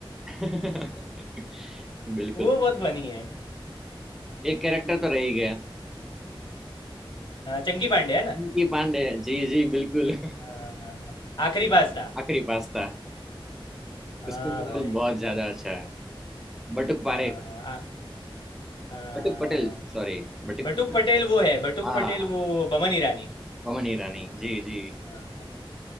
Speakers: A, in the centre; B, on the left.
A: है। <laughs> बिल्कुल
B: वो
A: बिल्कुल।
B: बहुत फनी है
A: एक कैरेक्टर तो रह ही गया
B: हाँ चंकी पांडे है ना
A: पिंकी पांडे जी जी बिल्कुल
B: हाँ हाँ, हाँ। हाँ, आखिरी बात था
A: <laughs> आखिरी पास्ता
B: हाँ
A: उसका भी
B: भाई
A: रोल बहुत ज्यादा अच्छा है बटुक पारे
B: हाँ हाँ आ- हाँ हाँ
A: बटुक पटेल सॉरी बटुक
B: बटुक
A: पटेल।
B: पटेल वो है बटुक
A: हाँ
B: पटेल वो बमन ईरानी
A: पमन ईरानी जी जी
B: हाँ, हाँ,